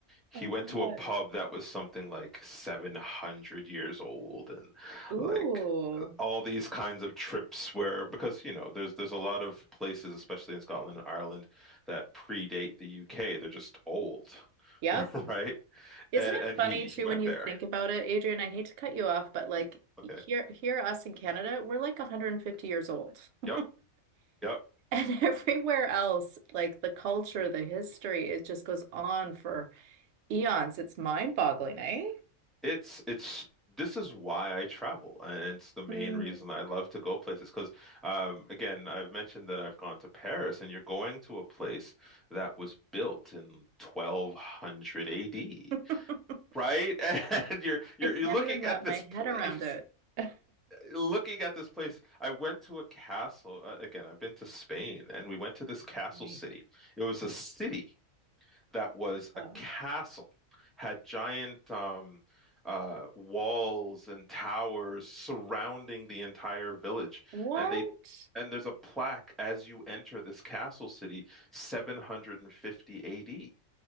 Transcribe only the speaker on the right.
Oh,
good.
Ooh.
Yep.
Isn't
it
funny
too
when you
think about it, Adrian? I hate to cut you off, but like
here, here, us in Canada, we're like 150 years old. <laughs>
And everywhere else, like the culture, the history, it just goes on for eons. It's mind-boggling, eh?
Mm.
<laughs> I
can't
even wrap
my head
around it. <laughs>
Right.
Oh.
What?